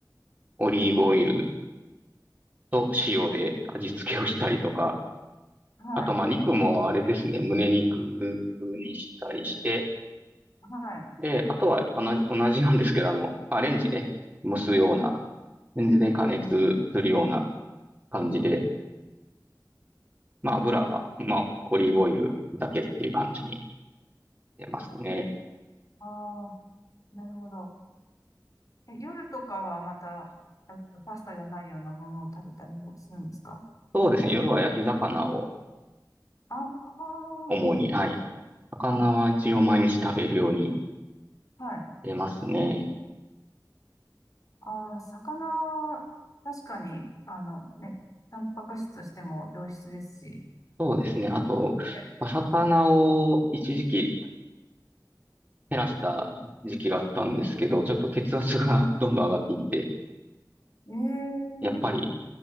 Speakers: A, on the right; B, on the left.
A: オリーブオイルと塩で味付けをしたりとか、
B: はい。
A: あと、まあ、肉もあれですね、胸肉にしたりして、
B: はい。
A: で、あとは同じ、同じなんですけども、まあ、レンジで蒸すような、レンジで加熱するような感じで、まあ、油は、まあ、オリーブオイルだけっていう感じに出ますね。
B: ああ、なるほど。え、夜とかはまた、えっとパスタじゃないようなものを食べたりもするんですか
A: そうですね。夜は焼き魚を
B: ああ
A: 主に、
B: ー、
A: はい。魚は一応毎日食べるように
B: あ、はい。
A: 出ますね。
B: ああ、魚は、確かに、あのね、タンパク質としても良質ですし、
A: そうですね。あと、
B: え、
A: まあ魚を一時期減らした時期があったんですけど、ちょっと血圧が <laughs> どんどん上がっていって、
B: えー
A: やっぱり